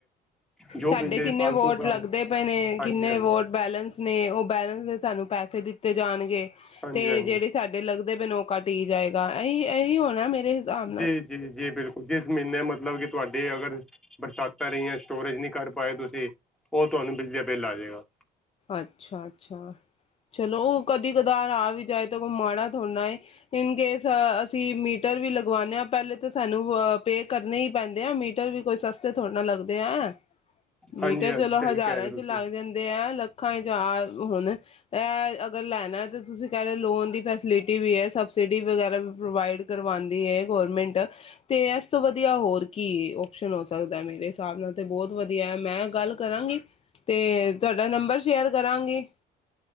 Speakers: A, in the centre; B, on the left.
A: ਜੋ
B: ਸਾਡੇ
A: ਬਿਜਲੀ
B: ਕਿੰਨੇ
A: ਦੀ ਫਾਲਤੂ
B: ਵੋਟ
A: ਗੱਲ।
B: ਲੱਗਦੇ ਪਏ ਨੇ,
A: ਹਾਂਜੀ
B: ਕਿੰਨੇ
A: ਹਾਂਜੀ
B: ਵੋਟ ਬੈਲਂਸ ਨੇ ਓ ਬੈਲੈਂਸ ਦੇ ਸਾਨੂੰ ਪੈਸੇ ਦਿੱਤੇ ਜਾਣਗੇ।
A: ਹਾਂਜੀ
B: ਤੇ
A: ਹਾਂਜੀ
B: ਜੇੜੇ ਸਾਡੇ ਲੱਗ ਦੇ ਵੇ ਨੌਕਾ ਟੀ ਜਾਏਗਾ। ਇਹੀ ਇਹੀ ਹੋਣਾ ਮੇਰੇ ਹਿਸਾਬ ਨਾਲ
A: ਜੀ, ਜੀ, ਜੀ ਬਿਲਕੁਲ, ਜਿਸ ਮਈਨੇ ਮਤਲਬ ਕਿ ਤੁਆਡੇ ਅਗਰ ਬਰਸਾਤਾਂ ਰਹੀਆਂ, ਸਟੋਰੇਜ ਨਹੀਂ ਕਰ ਪਾਏ ਤੁਸੀਂ, ਓ ਤੁਆਨੂੰ ਬਿਜਲੀ ਦਾ ਬਿੱਲ ਆ ਜਾਏਗਾ।
B: ਅੱਛਾ, ਅੱਛਾ, ਚਲੋ ਓ ਕ ਦੀ ਕਧਾਰ ਆ ਵੀ ਜਾਏ ਤਾਂ ਕੋ ਮਾੜਾ ਥੋੜਾਂ ਏ, ਇਨਕੇਸ ਅਸੀਂ ਮੀਟਰ ਵੀ ਲਗਵਾਨੇ ਆ ਪੈਲੇ ਤੇ ਸਾਨੂੰ ਪੇ ਕਰਨੇ ਈ ਪੈਂਦੇ ਆ ਮੀਟਰ ਵੀ ਕੋਈ ਸਸਤੇ ਥੋੜੇ ਨਾਲ ਲੱਗਦੇ ਐ।
A: ਹਾਂਜੀ
B: ਮੀਟਰ
A: ਹਾਂਜੀ
B: ਚਲੋ
A: ਸਹੀ
B: ਹਜਾਰਾ
A: ਕਹਿ ਰਹੇ ਹੋ
B: ਚ ਲੱਗ
A: ਤੁਸੀਂ
B: ਜਾਂਦੇ ਆ ਲ ਹਜਾਰ ਹੁਨ ਏਹ ਅਗਰ ਲੈਨਾ ਤੇ ਤੁਸੀ ਕੈਰੇ ਲੋਨ ਦੀ ਫੈਸਲਿਟੀ ਵੀ ਏ, ਸਬਸਿਡੀ ਵਗੈਰਾ ਵੀ ਪ੍ਰੋਵਾਈਡ ਕਰਵਾਂਦੀ ਏ ਗੋਰਮੈਂਟ ਤੇ ਏਸ ਤੋ ਵਦੀਆ ਹੋਰ ਕੀ ਏ, ਓਪਸ਼ਨ ਹੋ ਸਕਦਾ ਮੇਰੇ ਹਿਸਾਬ ਨਾਲ ਤੇ ਬਹੁਤ ਵਦੀਆ ਐ ਮੈਂ ਗੱਲ ਕਰਾਂਗੀ ਤੇ ਤੁਆਡਾ ਨੰਬਰ ਸ਼ੇਅਰ ਕਰਾਂਗੀ।